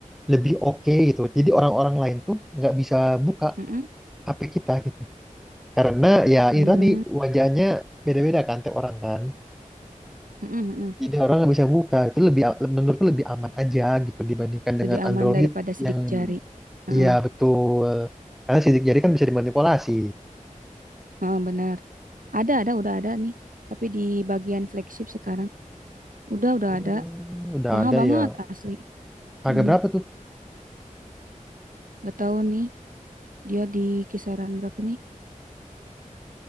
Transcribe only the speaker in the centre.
lebih oke gitu. Jadi orang-orang lain tuh nggak bisa buka
HP kita gitu. Karena ya
ini tadi wajahnya beda-beda kan tiap orang kan.
jadi orang nggak bisa buka itu lebih menurutku lebih aman aja gitu dibandingkan dengan
Android
yang
iya betul karena sidik jari kan bisa dimanipulasi
Hmm,
udah
ada
ya
harga
berapa tuh